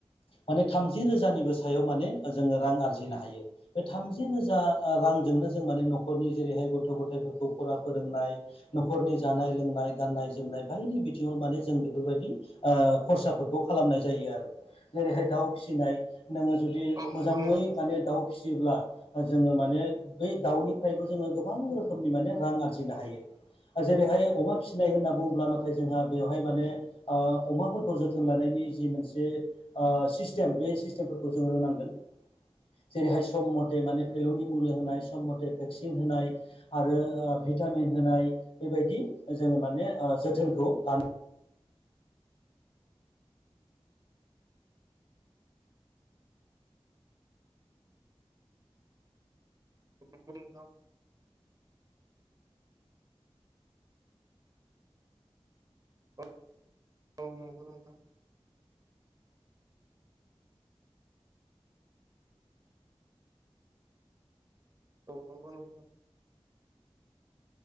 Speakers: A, on the left (about 65°); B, on the right (about 35°).
A: माने थामजि रोजानिबो सायाव माने जोङो रां आरजिनो हायो बे थामजि रोजा रां जोंनो जों माने नखरनि जेरैहाय गथ गफोरखौ फरा फोरोंनाय नखरनि जानाय लोंनाय गाननाय नाय जोमनाय बायदि बिथिङाव माने जों बेफोरबायदि खरसाफोरखौ खालामनाय जायो आरो जेरैहाय दाउ फिसिनाय नोङो जुदि
B: औ नंगौ
A: मोजाङै
B: नोंथां
A: माने दाउ फिसियोब्ला जोङो माने बै दाउनिफ्रायबो जोङो गोबां रोखोमनि माने रां आरजिनो हायो जेरैहाय अमा फिसिनाय होनना बुङोब्ला नाथाय जोंहा बेवहाय माने अमाफोरखौ जोथोन लानायनि मोनसे सिस्टेम बे सिस्टेमफोरखौ जों रोंनांगोन जेरैहाय सम मथे माने फेलौनि मुुलि होनाय सम मथे भेक्सिन होनाय आरो भिटामिन होनाय बेबायदि जोङो माने जोथोनखौ लानो
B: नंगौ नोंथां औ नंगौ नंगौ औ नंगौ नोंथां